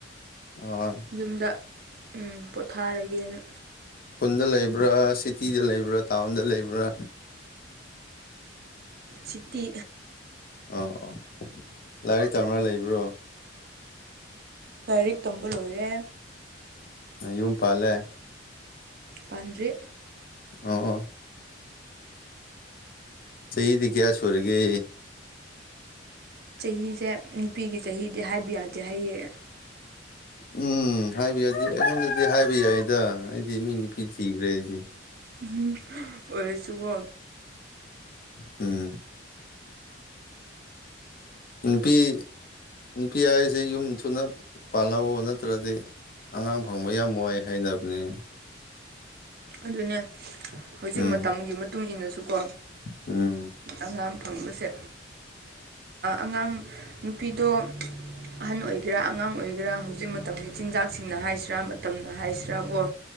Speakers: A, on the left (about 45°); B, on the right (about 50°).
A: ꯑꯣ
B: ꯌꯨꯝꯗ ꯎ ꯄꯣꯊꯥꯔꯒꯦꯅ
A: ꯈꯨꯜꯗ ꯂꯩꯕ꯭ꯔꯥ ꯁꯤꯇꯤꯗ ꯂꯩꯕ꯭ꯔꯥ ꯇꯥꯎꯟꯗ ꯂꯩꯕ꯭ꯔꯥ
B: ꯁꯤꯇꯤ
A: ꯑ ꯑꯣ ꯂꯥꯏꯔꯤꯛ ꯇꯝꯝꯕꯥ ꯂꯩꯕ꯭ꯔꯣ
B: ꯂꯥꯏꯔꯤꯛ ꯇꯝꯕ ꯂꯣꯏꯔꯦ
A: ꯌꯨꯝꯨꯝ ꯐꯂꯦ
B: ꯄꯥꯟꯗ꯭ꯔꯦ
A: ꯑ ꯆꯍꯤꯗꯤ ꯀꯌꯥ ꯁꯨꯨꯔꯒꯦ
B: ꯆꯍꯤꯁꯦ ꯅꯨꯄꯤꯒꯤ ꯆꯍꯤꯗꯤ ꯍꯥꯏꯕ ꯌꯥꯗꯦ ꯍꯥꯏꯌꯦꯡꯑꯦ
A: ꯎꯝ ꯍꯥꯏꯕ ꯌꯥꯗꯦ ꯑꯩꯉꯣꯟꯗꯗꯤ ꯍꯥꯏꯕ ꯌꯥꯏꯗ ꯑꯩꯗꯤ ꯃꯤ ꯅꯨꯄꯤ ꯊꯤꯈ꯭ꯔꯦ ꯑꯩꯗꯤ
B: ꯎꯝ ꯑꯣꯏꯁꯨꯕꯣ
A: ꯎꯝ ꯅꯨꯄꯤ ꯅꯨꯄꯤ ꯍꯥꯏꯁꯦ ꯌꯨꯝ ꯊꯨꯅ ꯄꯥꯜꯍꯧꯋ ꯅꯠꯇ꯭ꯔꯗꯤ ꯑꯉꯥꯡ ꯐꯪꯕ ꯌꯥꯝ ꯋꯥꯏ ꯍꯥꯏꯅꯕꯅꯤ
B: ꯑꯗꯨꯅꯦ ꯍꯧꯖꯤꯛ
A: ꯎꯝ
B: ꯃꯇꯝꯒꯤ ꯃꯇꯨꯡ ꯏꯟꯅꯁꯨꯀꯣ
A: ꯎꯝ
B: ꯑꯉꯥꯡ ꯐꯪꯕꯁꯦ ꯑꯉꯥꯡ ꯅꯨꯄꯤꯗꯣ ꯑꯍꯟ ꯑꯣꯏꯒꯦꯔꯥ ꯑꯉꯥꯡ ꯑꯣꯏꯒꯦꯔꯥ ꯍꯧꯖꯤꯛ ꯃꯇꯝꯒꯤ ꯆꯤꯟꯖꯥꯛꯁꯤꯡꯅ ꯍꯥꯏꯁꯤꯔꯥ ꯃꯇꯝꯅ ꯍꯥꯏꯁꯤꯔꯥ ꯑꯣ